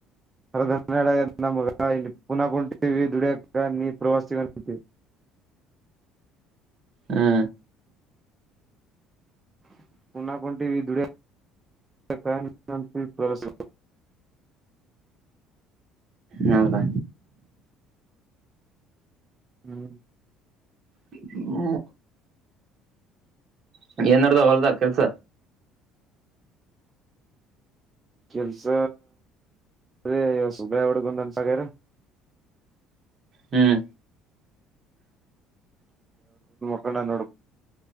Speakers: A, on the right; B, on the right.
A: ಹರಧನ್ನೆಡ ನ ಮಗ ಇಲ್ಲಿ ಪುನಃ ಕುಂಟವಿ ದುಡಿಯಕ ನೀ ಪ್ರವಾಸಿಗವಿ
B: ಹಾ
A: <unintelligible> ಪುನಾ ಹೊನ್ನಟಿವಿ ದುಡಿಯಾಕ <unintelligible> ಪ್ರವಾಸ
B: ಹೌದಾ
A: ಹ್ಮ್
B: <unintelligible> ಹ ಏನ್ ನಡದದ ಹೊಲ್ದ ಕೆಲ್ಸ
A: <unintelligible> ಕೆಲ್ಸ ಅ ಸುಬಯ ಹಡುಗಂದನ್ಸಗರ
B: ಹ್ಮ್
A: ಪ್ರಣನ್ನೋಡ